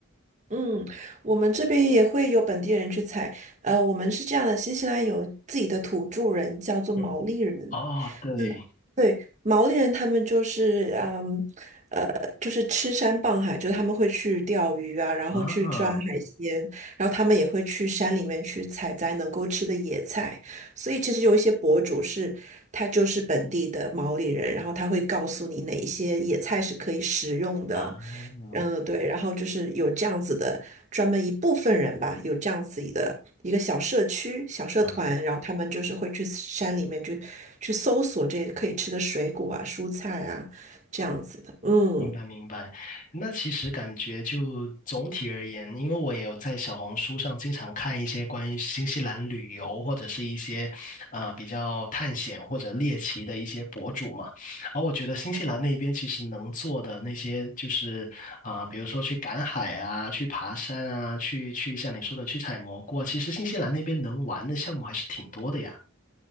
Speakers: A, on the right; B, on the left.
A: 嗯，我们这边也会有本地人去采。呃，我们是这样的，新西兰有自己的土著人，叫做毛利人。
B: 嗯，哦，对，
A: 那对，毛利人他们就是，嗯，呃，就是吃山傍海，就是他们会去钓鱼啊，然后去抓海鲜，
B: 啊
A: 然后他们也会去山里面去采摘能够吃的野菜。所以其实有一些博主是，他就是本地的毛利人，然后他会告诉你哪一些野菜是可以食用的，
B: 啊
A: 嗯，对，然后就是有这样子的专门一部分人吧，有这样子的一个小社区、小社团，
B: 啊！
A: 然后他们就是会去山里面去去搜索这些可以吃的水果啊、蔬菜啊，这样子的，嗯。
B: 明白明白，那其实感觉就总体而言，因为我也有在小红书上经常看一些关于新西兰旅游或者是一些呃比较探险或者猎奇的一些博主嘛，而我觉得新西兰那边其实能做的那些就是啊、比如说去赶海啊，去爬山啊，去去像你说的去采蘑菇啊，其实新西兰那边能玩的项目还是挺多的呀，